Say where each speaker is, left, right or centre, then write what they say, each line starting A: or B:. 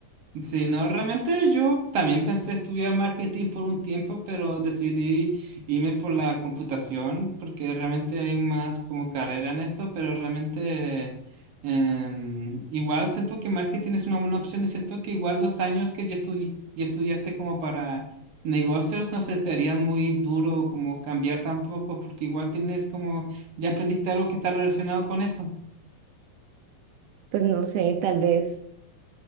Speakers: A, on the right (about 60°); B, on the right (about 75°).
A: Sí, no, realmente yo también pensé estudiar marketing por un tiempo, pero decidí irme por la computación porque realmente hay más como carrera en esto, pero realmente em, igual siento que marketing es una buena opción y siento que igual los años que ya, estudi- ya estudiaste como para negocios no se te haría muy duro como cambiar tampoco porque igual tienes como ya aprendiste algo que está relacionado con eso.
B: Pues no sé, tal vez